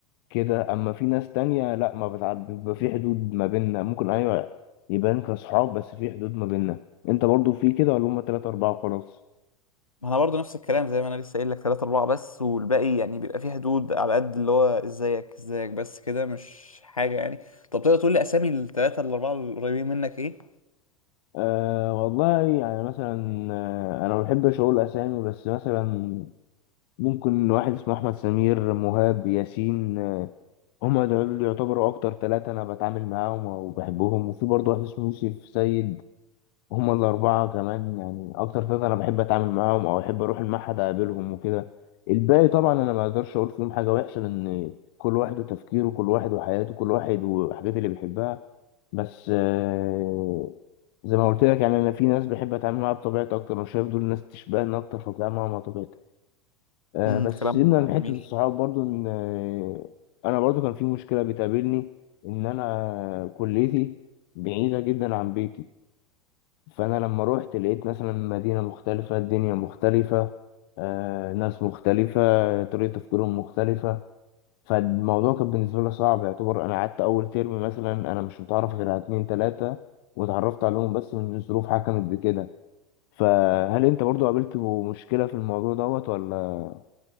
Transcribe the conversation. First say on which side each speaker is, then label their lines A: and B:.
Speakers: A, on the left (about 45°); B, on the left (about 85°).
A: كده أما في ناس تانية لأ ما بتعب بيبقى في حدود ما بيننا ممكن أيوة يبان كأصحاب بس في حدود ما بيننا أنت برضو في كده ولا هما تلاتة أربعة وخلاص؟
B: ما أنا برضه نفس الكلام زي ما أنا لسه قايل لك تلاتة أربعة بس والباقي يعني بيبقى فيه حدود على قد اللي هو إزيك إزيك بس كده مش حاجة يعني طب تقدر تقول لي أسامي التلاتة الأربعة القريبين منك إيه؟
A: أه والله يعني مثلا آه، انا ما بحبش اقول اسامي بس مثلا ممكن واحد اسمه احمد سمير مهاب ياسين آه، هما دول يعتبروا اكتر ثلاثة انا بتعامل معاهم وبحبهم وفي برضه واحد اسمه يوسف سيد هما الأربعة كمان يعني أكتر ثلاثة أنا بحب أتعامل معاهم أو أحب أروح المعهد أقابلهم وكده الباقي طبعا أنا ما أقدرش أقول فيهم حاجة وحشة لأن كل واحد وتفكيره كل واحد وحياته كل واحد والحاجات اللي بيحبها بس آه، زي ما قلت لك يعني أنا في ناس بحب أتعامل معاها بطبيعتي أكتر أنا شايف دول ناس تشبهني أكتر فبتعامل معاهم على طبيعتي آه،
B: امم
A: بس
B: كلام
A: سيبنا من
B: جميل
A: حتة الصحاب برضو إن آه، أنا برضو كان في مشكلة بتقابلني إن أنا كليتي بعيدة جدا عن بيتي فأنا لما روحت لقيت مثلا مدينة مختلفة الدنيا مختلفة آه، ناس مختلفة طريقة تفكيرهم مختلفة فالموضوع كان بالنسبة لي صعب يعتبر أنا قعدت أول ترم مثلا أنا مش متعرف غير على اتنين تلاتة واتعرفت عليهم بس من الظروف حكمت بكده فهل أنت برضو قابلت مشكلة في الموضوع دوت ولا؟